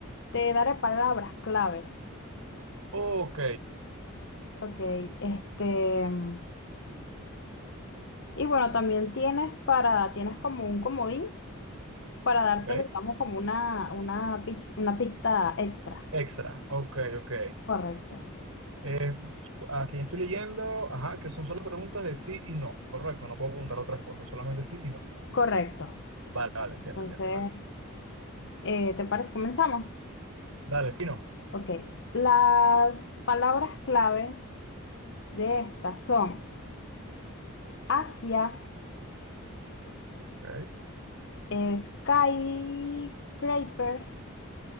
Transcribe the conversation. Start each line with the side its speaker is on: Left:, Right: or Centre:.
Left: te daré palabras claves.
Right: ok,
Left: Ok, este, mm, y bueno, también tienes para, tienes como un comodín para darte,
Right: ok.
Left: digamos, como una, una, pis- una pista extra.
Right: Extra, ok, ok.
Left: Correcto.
Right: Eh, aquí estoy leyendo, ajá, que son solo preguntas de sí y no. Correcto, no puedo preguntar otras cosas, solamente sí y no.
Left: Correcto.
Right: Vale, vale, entiendo,
Left: Entonces,
Right: entiendo, dale.
Left: eh, ¿te parece? Comenzamos.
Right: Dale, fino.
Left: Ok. Las palabras clave de estas son Asia,
Right: ok,
Left: skyscrapers